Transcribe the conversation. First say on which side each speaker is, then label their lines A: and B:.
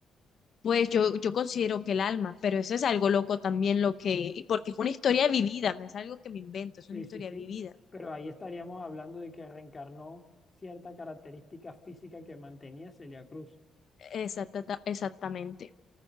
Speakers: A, on the left (about 55°); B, on the left (about 25°).
A: Pues yo, yo considero que el alma, pero eso es algo loco también lo que, porque es una historia vivida, no es algo que me invento, es
B: Sí,
A: una historia
B: sí, sí.
A: vivida.
B: Pero ahí estaríamos hablando de que reencarnó cierta característica física que mantenía Celia Cruz.
A: Exacta, exactamente.